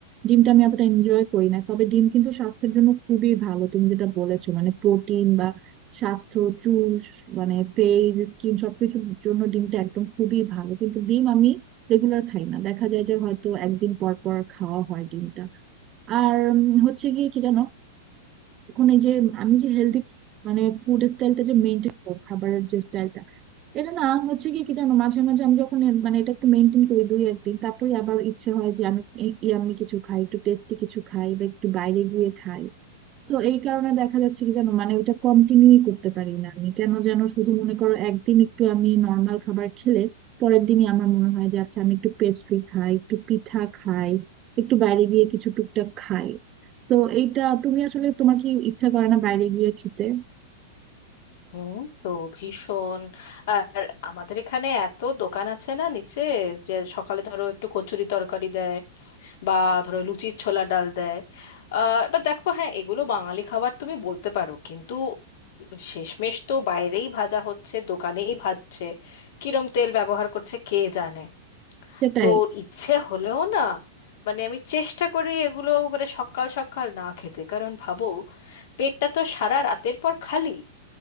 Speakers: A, on the right; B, on the left.
A: ডিমটা আমি এতটা এনজয় করি না তবে ডিম কিন্তু স্বাস্থ্যের জন্য খুবই ভালো তুমি যেটা বলেছো মানে প্রোটিন বা স্বাস্থ্য চুল মানে ফেস স্কিন সবকিছুর জন্য ডিমটা একদম খুবই ভালো কিন্তু ডিম আমি রেগুলার খাই না দেখা যায় যে হয়তো একদিন পর পর খাওয়া হয় ডিমটা আর উম, হচ্ছে গিয়ে কি জানো এখন এই যে আমি যে হেলদি মানে ফুড স্টাইলটা যে মেনটেন করি খাবারের যে স্টাইলটা এটা না হচ্ছে কি কি জানো মাঝে মাঝে আমি যখন এ- মানে এটা একটু মেনটেন করি দুই একদিন তারপরে আবার ইচ্ছে হয় যে আমি ইয়াম্মি কিছু খাই একটু টেস্টি কিছু খাই বা একটু বাইরে গিয়ে খাই তো এই কারণে দেখা যাচ্ছে কি জানো মানে ওইটা কন্টিনিউ করতে পারি না আমি কেন যেন শুধু মনে করো একদিন একটু আমি নর্মাল খাবার খেলে পরের দিনই আমার মনে হয় যে আচ্ছা আমি একটু পেস্ট্রি খাই একটু পিঠা খাই একটু বাইরে গিয়ে কিছু টুকটাক খাই তো এইটা তুমি আসলে তোমার কি ইচ্ছা করে না বাইরে গিয়ে খেতে
B: হুম তো ভীষণ আর আমাদের এখানে এত দোকান আছে না নিচে যে সকালে ধরো একটু কচুরি তরকারি দেয় বা ধরো লুচির ছোলা ডাল দেয় আহ এবার দেখো হ্যাঁ এগুলো বাঙালি খাবার তুমি বলতে পারো কিন্তু শেষমেশ তো বাইরেই ভাজা হচ্ছে দোকানেই ভাজছে কিরম তেল ব্যবহার করছে কে জানে
A: সেটাই
B: তো ইচ্ছে হলেও না মানে আমি চেষ্টা করি এগুলো মানে সকাল সকাল না খেতে কারণ ভাবো পেটটা তো সারা রাতের পর খালি